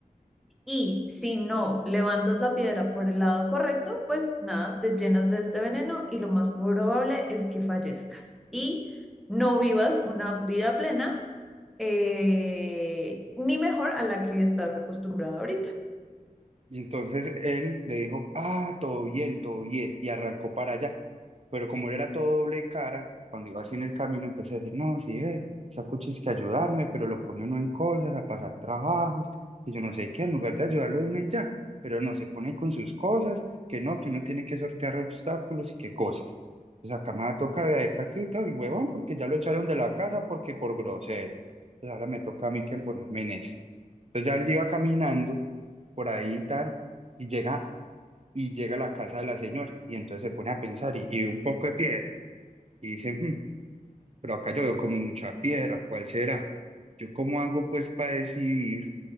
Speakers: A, in the centre; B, on the right.
A: y si no levantas la piedra por el lado correcto, pues nada, te llenas de este veneno y lo más probable es que fallezcas. Y no vivas una vida plena eh, ni mejor a la que estás acostumbrado ahorita.
B: Y entonces él le dijo, ah, todo bien, todo bien, y arrancó para allá. Pero como él era todo doble cara, cuando iba así en el camino empecé a decir, no, sí, ve, esa cuchi es que ayudarme, pero lo pone uno en cosas, a pasar trabajos, y yo no sé qué, en lugar de ayudarlo de una y ya, pero no, se pone con sus cosas, que no, que uno tiene que sortear obstáculos y qué cosas. Pues acá me toca de acá que todo el huevón, porque ya lo echaron de la casa porque por grosero. Entonces ahora me toca a mí que ponerme en esto. Entonces ya él iba caminando por ahí tan, y llega, y llega a la casa de la señora, y entonces se pone a pensar y, y ve un poco de piedras, y dice, "Hmm, pero acá yo veo como mucha piedra, ¿cuál será? ¿Yo cómo hago pues para decidir